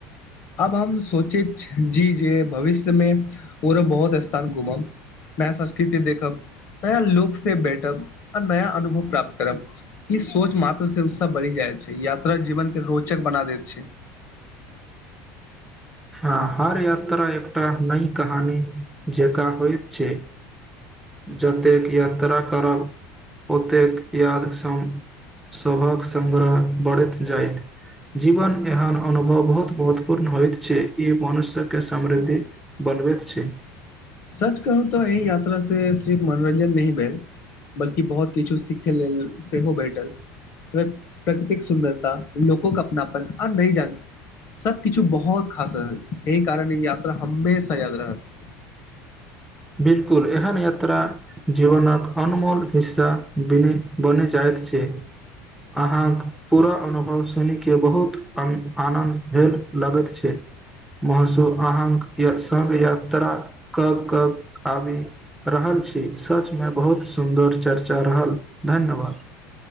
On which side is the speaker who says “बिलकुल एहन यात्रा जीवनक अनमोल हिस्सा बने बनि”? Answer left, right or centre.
Centre